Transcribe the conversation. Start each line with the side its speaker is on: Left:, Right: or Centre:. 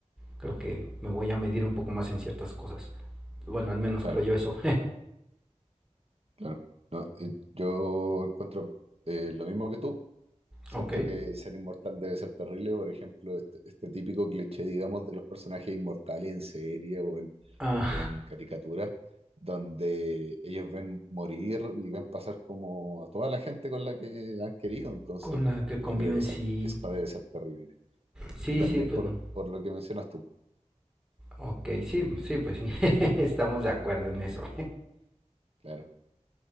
Centre: creo que me voy a medir un poco más en ciertas cosas. Bueno, al menos
Right: claro,
Centre: creo yo eso.
Right: claro. No, eh, yo encuentro eh, lo mismo que tú. Siento
Centre: <laughs> ok.
Right: que ser inmortal debe ser terrible. Por ejemplo, este, este típico cliché, digamos, de los personajes inmortales en serie o en,
Centre: Ah,
Right: o en caricatura, donde ellos ven morir y ven pasar como a toda la gente con la que han querido.
Centre: <laughs>
Right: Entonces,
Centre: con la que conviven,
Right: yo creo que esa,
Centre: sí.
Right: esa debe ser terrible.
Centre: Sí,
Right: Y también
Centre: sí, pues
Right: por,
Centre: no.
Right: por lo que mencionas tú.
Centre: Ok, sí, sí, pues sí. <laughs> Estamos de acuerdo en eso.
Right: sí. Claro.